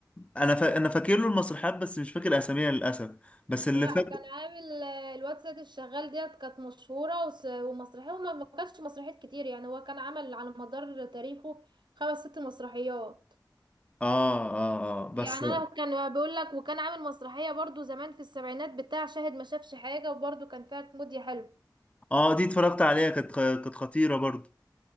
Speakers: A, on the left; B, on the right.
A: انا فا... انا فاكر له المسرحيات بس مش فاكر اساميها للاسف بس اللي
B: لا
A: فاكر
B: كان عامل آه، الواد سيد الشغال ديت كانت مشهورة وس- ومسرحية وما ما كانش مسرحيات كتير يعني هو كان عمل على مدار تاريخه خمس ست مسرحيات
A: اه اه اه بس
B: يعني انا كان بقول لك وكان عامل مسرحية برضو زمان في السبعينات بتاع شاهد ما شافش حاجة وبرضو كان فيها كوميديا حلو
A: اه دي اتفرجت عليها كانت خ- كانت خطيره برضو